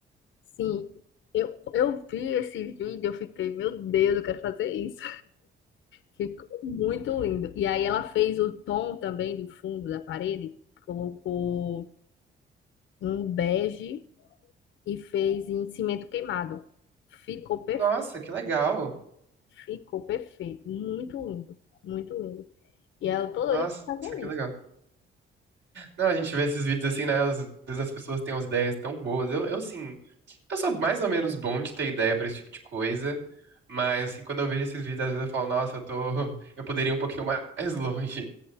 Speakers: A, on the left (about 75°); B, on the right (about 70°).
A: Sim. Eu, eu vi esse vídeo, eu fiquei, meu Deus, eu quero fazer isso. Ficou muito lindo. E aí ela fez o tom também do fundo da parede, colocou um bege e fez em cimento queimado. Ficou perfeito,
B: Nossa, que legal.
A: ficou perfeito, muito lindo, muito lindo. E aí eu tô
B: Nossa,
A: doida pra fazer
B: que legal.
A: isso.
B: Não, a gente vê esses vídeos assim, né? Às vezes as pessoas têm umas ideias tão boas. Eu, eu sim. Eu sou mais ou menos bom de ter ideia pra esse tipo de coisa, mas assim, quando eu vejo esses vídeos, às vezes eu falo, nossa, eu tô, eu poderia ir um pouquinho mais <laughs> longe.